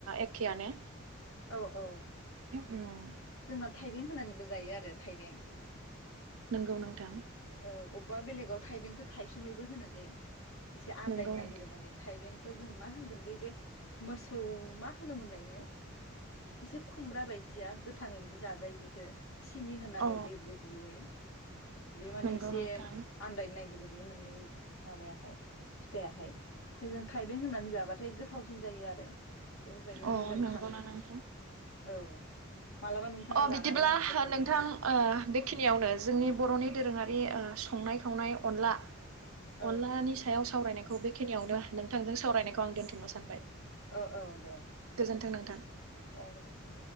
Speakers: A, on the right (about 90°); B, on the left (about 75°).
A: एखेआनो
B: औ औ
A: उम
B: जोंना थाइबें होनानैबो जायो आरो थाइबें
A: नंगौ नोंथां
B: औ अबेबा बेलेगाव थाइबेंखौ थाइसुमैबो होनो दैे एसे आनदायनो
A: नंगौ
B: नागिरो
A: नोंथां
B: माने थाइबें खो जोंङो मा होनगोन बै बे मोसौ मा होनोमोनलायनो? एसे खुमब्रा बायदिया गोथाङैनो जे जाजायो बेखो। सिनि होनानै
A: अ
B: दै ब्रुब्रुयै माने
A: नंगौ
B: एसे
A: नोंथां
B: आन्दायनो नागिरो बे माबा याहाय फिथाइयाहाय ओमफ्राय जों थाइबें होनानै जाबाथाय गोथावसिन जायो आरो बेफोरबायदि
A: अ
B: मोदोमखाङो
A: नंगौना नोंथां
B: औ मालाबा नोंथाङा
A: अ
B: जानानै
A: बिदिब्ला
B: नाय गोथाव
A: ओ नोंथां
B: जायो
A: ओ बेखिनियावनो जोंनि बर'नि दोरोङारि ओ संनाय खावनाय अनला
B: औ
A: अनलानि सायाव सा सावरायनायखौ बेखिनियावनो नोंथांजों सावरायनायखौ
B: <unintelligible>
A: आं दोन्थ'नो सानबाय
B: औ औ दे दे गोजोननाय
A: गोजोन्थों
B: थाबाय
A: नोंथां
B: दे गोजोनथों